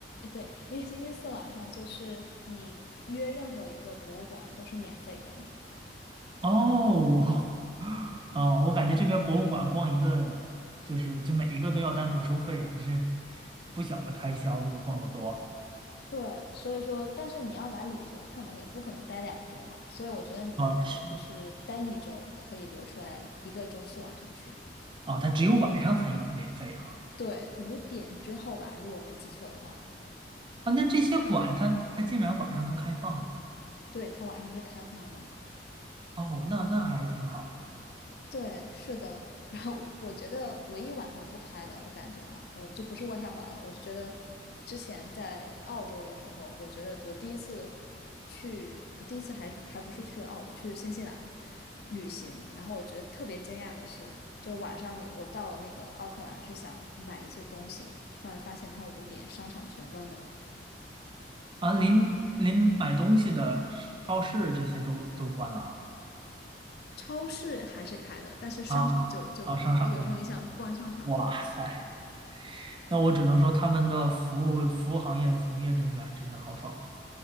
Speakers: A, on the left; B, on the right.
A: 对，因为星期四晚上就是你约任何一个博物馆都是免费的。
B: 哦，<laughs> 哦，我感觉这边博物馆逛一个，就是就每一个都要单独收费，还是不小的开销。如果逛得多
A: 对，所以说，但是你要来旅行，可能也不可能待两周嘛。所以我觉得你如果只是待一周，
B: 啊，是
A: 可以留出来一个周四晚上去。
B: 啊，它只有晚上才免费哈
A: 对，五点之后吧，如果我没记错的话，
B: 啊。那这些馆它它竟然晚上都开放了
A: 对，它晚上是开放的。
B: 哦，那那还挺好的
A: 对，是的。然后我觉得唯一晚上不开的，我感觉啊，嗯、就不是渥太华了。我就觉得之前在澳洲的时候，我觉得我第一次去，啊，第一次还还不是去的澳洲，去新西兰旅行。然后我觉得特别惊讶的是，就晚上你我到了那个奥克兰，是想买一些东西，突然发现它五点商场全关门，
B: 啊。临临买东西的超市这些都都关了
A: 超市还是开的，但是商场就就关了。
B: 啊啊啊，商场关了。
A: 那有时候你想逛商场就就没有了。
B: 哇塞，那我只能说他们的服务服务行业的从业人员真的好爽啊。